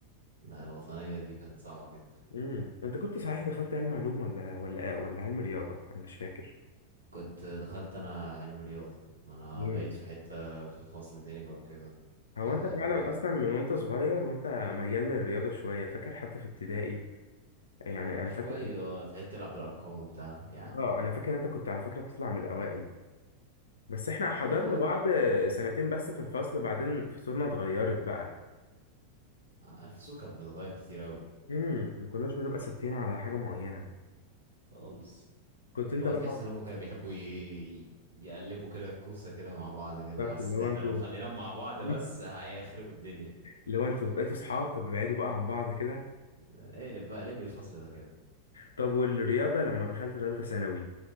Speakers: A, on the right; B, on the left.
A: لا الوطنية دي كانت صعبة جدا
B: امم أنت كنت صحيح دخلت علم علوم ولا ولا ولا علم رياضة أنا مش فاكر
A: كنت دخلت انا علم رياضة ما انا
B: رياضة
A: بقيت في حتة في فصل تاني بقى وكده دخلت
B: هو انت
A: علم
B: فعلا
A: رياضة
B: اصلا من وانت صغير وانت ميال للرياضه شويه فاكر حتى في ابتدائي يعني انا
A: شوية
B: فاكر
A: اه تحب تلعب بالارقام وبتاع يعني
B: اه انا فاكر إن انت كنت على فكره بتطلع من الاوائل بس احنا حضرنا
A: آه.
B: بعض سنتين بس في الفصل بعدين فصولنا اتغيرت بقى
A: الفصول كانت بتتغير كتير اوي
B: امم ما كناش بنبقى ثابتين على حاجه معينه
A: خالص
B: كنت انت
A: هو
B: بقى
A: تحس انهم كانوا بيحبوا ي... يقلبوا كده الكوسة كده مع بعض كده
B: بالظبط
A: بس
B: اللي هو
A: احنا
B: انتوا
A: لو خليناهم مع بعض
B: <laughs>
A: بس هيخربوا الدنيا
B: اللي هو انتوا بقيتوا صحاب طب ابعدوا بقى عن بعض كده
A: اقلب بقى ليه الفصل ده كده
B: طب والرياضه لما دخلت ثالثه ثانوي